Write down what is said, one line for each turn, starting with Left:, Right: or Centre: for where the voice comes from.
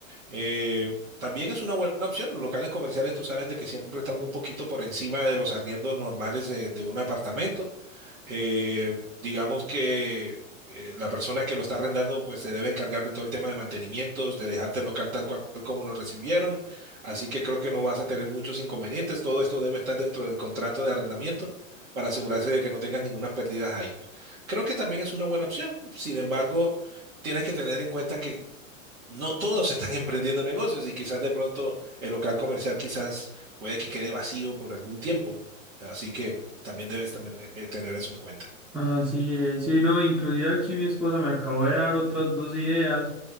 Right: Eh, también es una buena opción. Los locales comerciales, tú sabes de que siempre están un poquito por encima de los arriendos normales de de un apartamento. Eh, digamos que eh, la persona que lo está arrendando pues se debe encargar de todo el tema de mantenimientos, de dejarte el local tal cual como lo recibieron. Así que creo que no vas a tener muchos inconvenientes. Todo esto debe estar dentro del contrato de arrendamiento para asegurarse de que no tengas ninguna pérdida ahí. Creo que también es una buena opción. Sin embargo, tienes que tener en cuenta que no todos están <laughs> emprendiendo negocios y quizás de pronto el local comercial quizás puede que quede vacío por algún tiempo. Así que también debes también, eh, tener eso en cuenta.
Centre: Así es, sí, no, inclusive aquí mi esposa me acabó de dar otras dos ideas,